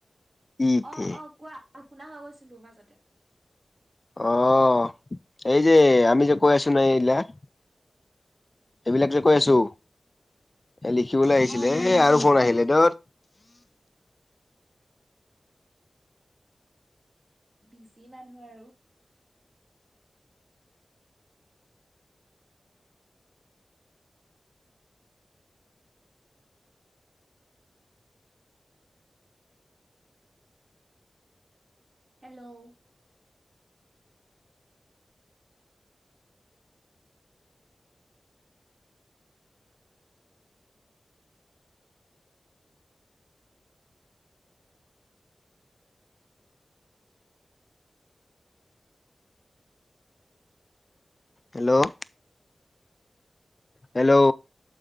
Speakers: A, on the left; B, on the right.
A: ইতে
B: অ' অ' কোৱা আৰু নোশুনা হৈ গৈছিলোঁ মাজতে।
A: অ' এই যে আমি যে কৈ আছোঁ ন এই বিলাক এইবিলাক যে কৈ
B: উম
A: আছোঁ এ লিখিবলৈ আহিছিলে,
B: অ গম পাইছো
A: এ আৰু ফোন
B: অ
A: আহিলে দত
B: বিজি মানুহ আৰু হেল্ল'
A: হেল্ল' হেল্ল'